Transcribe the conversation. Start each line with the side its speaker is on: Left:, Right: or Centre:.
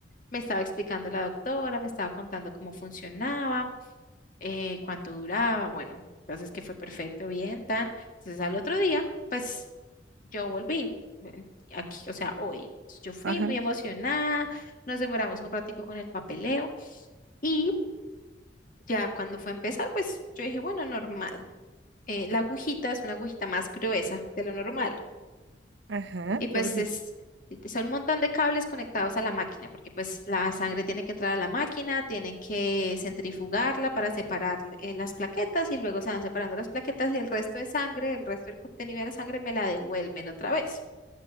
Left: me estaba explicando la doctora, me estaba contando cómo funcionaba, eh, cuánto duraba, bueno, entonces que fue perfecto, bien, tan. Entonces, al otro día, pues yo volví eh, aquí, o sea, hoy. Yo fui
Right: ajá,
Left: muy emocionada, nos demoramos un ratico con el papeleo y ya cuando fue a empezar, pues yo dije, bueno, normal. Eh, la agujita es una agujita más gruesa de lo normal
Right: ajá,
Left: y ¿Eh? pues
Right: uy,
Left: es, son un montón de cables conectados a la máquina porque pues la sangre tiene que entrar a la máquina, tienen que centrifugarla para separar eh, las plaquetas y luego se van separando las plaquetas y el resto de sangre, el resto del contenido de la sangre me la devuelven otra vez.